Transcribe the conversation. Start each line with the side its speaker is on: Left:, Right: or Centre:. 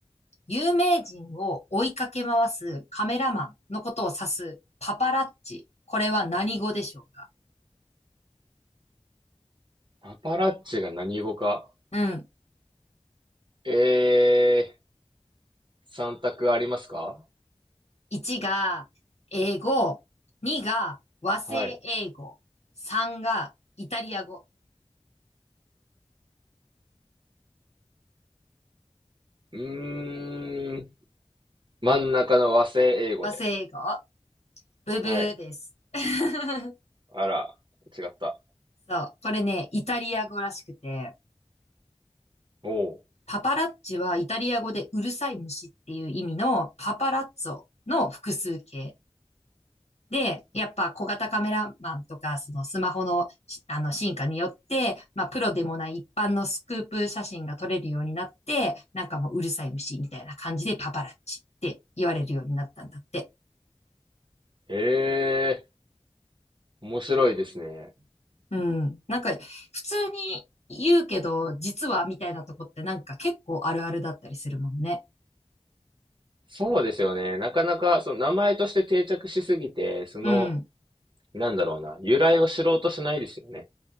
Left: 有名人を追いかけ回すカメラマンのことを指すパパラッチ。これは何語でしょうか
Right: パパラッチが何語か。
Left: うん。
Right: えー、三択ありますか
Left: 1が英語、2が和製英語、
Right: はい。
Left: 3がイタリア語。
Right: うーん。真ん中の和製英語で。
Left: 和製英語ブブーです。
Right: はい。
Left: <laughs>
Right: あら、違った。
Left: そう。これね、イタリア語らしくて、
Right: おう。
Left: パパラッチはイタリア語でうるさい虫っていう意味のパパラッツォの複数形。で、やっぱ小型カメラマンとか、そのスマホのあの進化によって、まあプロでもない一般のスクープ写真が撮れるようになって、なんかもううるさい虫みたいな感じでパパラッチって言われるようになったんだって。
Right: へえ、面白いですね。
Left: うん。なんか普通に言うけど、実はみたいなとこってなんか結構あるあるだったりするもんね。
Right: そうですよね。なかなか、その名前として定着しすぎて、その、
Left: うん。
Right: なんだろうな、由来を知ろうとしないですよね。